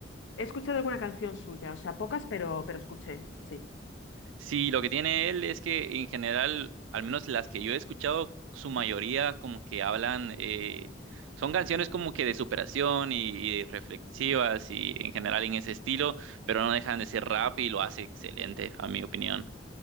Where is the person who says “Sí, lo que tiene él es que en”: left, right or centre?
Right